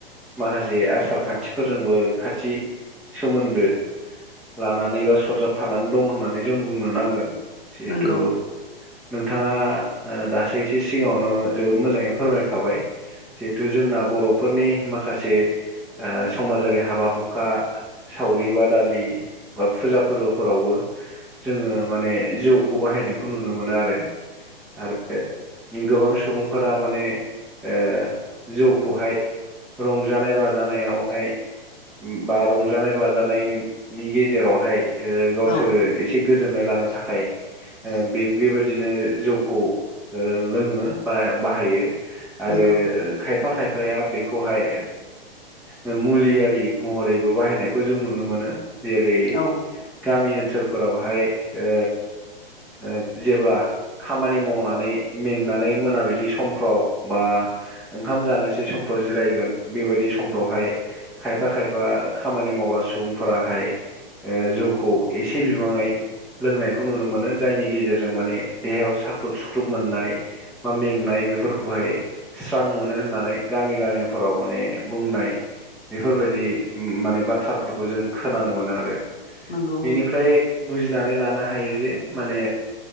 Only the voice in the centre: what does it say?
माखासे आसार खान्थिफोरजोंबो खाथि सोमोन्दो। लानानै बा सरजाबफानानै दं होननानै जों बुंनो नांगोन जिहेथु
नोंथाङा ओ दासो एसे सिगाङावनो जोबोद मोजाङै फोरमायखाबाय। जिहेथु जोंना बर'फोरनि माखासे ओ समाजारि हाबा-हुखा। सावरि बादालि बा फुजा फोर्बोफोरावबो जोङो माने जौखौ बाहायनायखौ नुनो मोनो आरो-आरो गोबां सुबुंफोरा माने औ जौखौहाय रंजानाय बाजानायावहाय। बा रंजानाय बाजानायनि-नि गेजेरावहाय ओ गावसोरो
एसे नाय लानो थाखाय ओ बे-बेबायदिनो जौखौ ओ लोङो। बा-बाहायो आरो
खायफा खायफाया बेखौहाय ओ मुलियारि महरैबो बाहायनायखौ जों नुनो मोनो। जेरै-
गामि ओनसोलफोरावहाय ओ ओब जेब्ला खामानि मावनानै मेंनानै मोनाबिलि समफ्राव बा ओंखाम जानोसै समफ्राव जिरायगोन बेबायदि समफ्रावहाय खायफा खायफा खामानि मावग्रा सुबुंफोराहाय। ओ जौखौ एसे बिबाङै। लोंनायखौ नुनो मोनो जायनि गेजेरजों माने देहायाव साख्रुब सुख्रुब मोननाय। बा मेंनाय बेफोरखौहाय। स्रां मोनो होननानै गामि गामिफोराव माने बुंनाय। बेफोरबायदि म-माने बाथ्राफोरखौ जों खोनानो मोनो आरो।
बेनिफ्राय
बुजिनानै लानो हायो जे माने